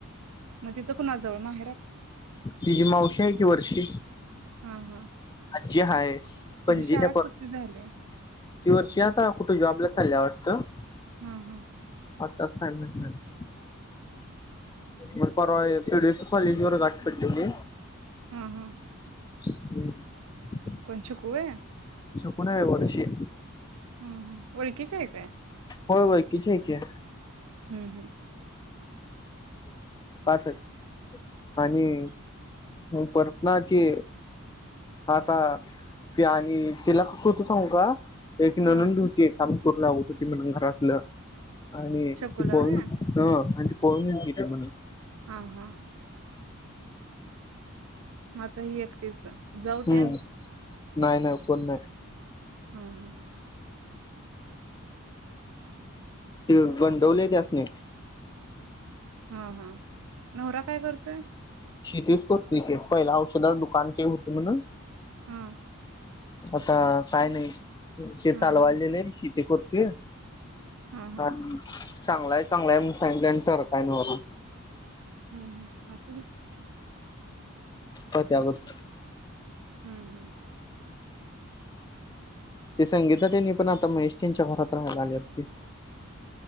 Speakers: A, on the right (about 75°); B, on the left (about 20°).
A: मग तिथं कुणाजवळ माहेरत?
B: तिची मावशी आहे कि वर्षी.
A: हम् हम्
B: आजी हाय,
A: तिची
B: पणजी
A: शाळा
B: त्या पर
A: किती झालेय?
B: ती वर्षी आता कुठ जॉबला चालिया वाटतं,
A: हा हा
B: आताच काय माहीत नाही, मला परवा पी. डी. पी. कॉलेज वर गाठ पडलीली.
A: हम् हम्
B: <unintelligible>
A: कोण छकु होय.
B: छकु नाही वर्षी.
A: हम्म हम् ओळखीची आहे काय?
B: होय ओळखीची हाय की.
A: हम्म हम्म
B: पाच आहेत. आणि ह परतनाची आता पी आणि तिला खोटं सांगू का? तिची नणंद
A: हा
B: बी हुती. काम करू लागत होती म्हणून घरातलं. आणि
A: शकूला
B: ती पळून
A: होय?
B: आणि पळून गेलती ती म्हण,
A: हां हां. म आता ही एकटीच जाऊ
B: हम्म
A: तेन?
B: नाही नाही कोण नाही.
A: हम्म हम्म.
B: ते गंडवलय त्यासनी.
A: हां हां नवरा काय करतोय?
B: शेतीच करतोय की पहिला औषधाच दुकान तेन होत म्हण,
A: हम.
B: आता काय नाही. ते
A: हा
B: चालवायला
A: हा
B: दिलय शेती कर- ते <unintelligible>
A: हा हा
B: चांगलाय चांगला आहे म्हनून सांगितलं आणि ठर काय ना बरं.
A: हम्म असू दे
B: होत आगत
A: हम्म हम्म.
B: ते सांगीता त्यांनी पण आता महेश त्यांच्या घरात राहायला आल्यात की.